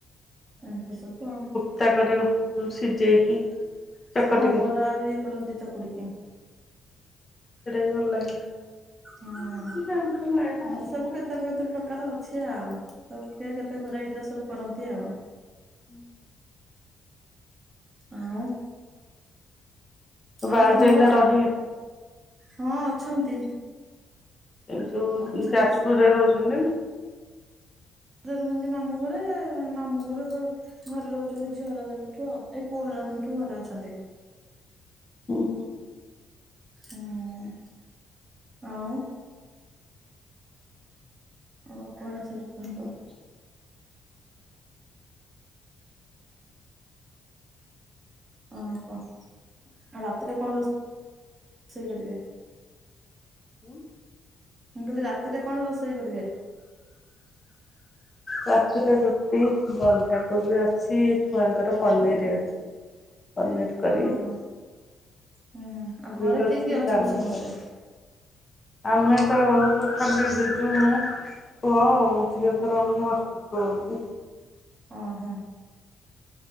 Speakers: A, on the right (about 30°); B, on the left (about 25°).
A: ଏମିତି ସବୁ ଆଉ।
B: ଭର୍ତ୍ତା କରିବ ଯୋଉ ସିଝେଇକି। ଚକଟିକି।
A: ହଁ ବରା ଇଏ କରନ୍ତି ଚକୁଡିକି।
B: ସେଇଟା ବି ଭଲ ଲାଗେ
A: ହଁ
B: ଏମିତି
A: ଏମିତି
B: ଆଉ ଭଲ ଲାଗେ ନା ଆଉ।
A: ସବୁ କେ ତେ ବହୁତ ପ୍ରକାର ଅଛି ଆଉ। ସବୁ କିଏ କେତେ ଭେରାଇଟି ର ସବୁ କରନ୍ତି ଆଉ
B: ହୁଁ
A: ଆଉ
B: ଭାଉଜ
A: ଆଉ ତମର।
B: ଏଇନା ରହିବେ?
A: ହଁ ଅଛନ୍ତି।
B: ଏଇ ଯୋଉ
A: ଅଛନ୍ତି
B: ଯାଜପୁର,
A: ସେନା
B: ରେ ରହୁଛନ୍ତି ନା।
A: ଘରେ ରୁହନ୍ତି ମାମୁଁ ଘରେ ମାମୁଁ ଘର। ଘରେ ରହୁଛନ୍ତି। ଝିଅ ହେଲା ଦିନଠୁ। ଆଉ ଏଇ ପୁଅ ହେଲା ଦିନଠୁ ଘରେ ଅଛନ୍ତି।
B: ହୁଁ ହୁଁ
A: ହୁଁ ଆଉ। ଆଉ କଣ ସବୁ କୁହନ୍ତୁ।
B: <unintelligible>
A: ଆଉ କଣ ଆଉ ରାତିରେ କଣ ରୋ ଷେଇ, କରିବେ।
B: ହୁଁ।
A: ମୁଁ କହିଲି, ରାତିରେ କଣ, ରୋଷେଇ କରିବେ।
B: ରାତିରେ ରୁଟି, ବନ୍ଧାକୋବି ଅଛି, ଛୁଆଙ୍କର ପନିର୍ ଅଛି। ପନୀର୍ କରିବି।
A: ଓହୋ ହୁଁ ହୁଁ ଆଉ ଘରେ
B: ବି
A: କିଏ
B: ଅଛି
A: କିଏ ଅଛନ୍ତି
B: ଡାଲମା
A: ସମସ୍ତେ?
B: କରିଛି। ଆମେ ତ ରହୁଛୁ ଖାଲି ଜିଜୁ ମୁଁ ହଁ ଝିଅ ତ ରହୁନି, ହଷ୍ଟେଲ୍ ପଳଉଛି।
A: ଓ ହୋ।